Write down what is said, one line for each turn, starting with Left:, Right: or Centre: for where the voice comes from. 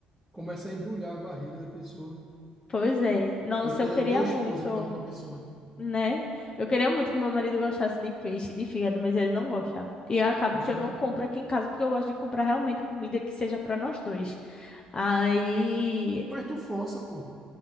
Centre: começa a embrulhar a barriga da pessoa.
Left: Pois é. Nossa,
Centre: E coisa
Left: eu queria
Centre: da esposa
Left: muito.
Centre: que dorme com a pessoa.
Left: Né? Eu queria muito que meu marido gostasse de peixe, de fígado, mas ele não gosta. E eu acabo
Centre: Gosta
Left: que eu
Centre: não?
Left: não compro aqui em casa, porque eu gosto de comprar realmente comida que seja para nós dois. Aí.
Centre: Mas tu força, pô.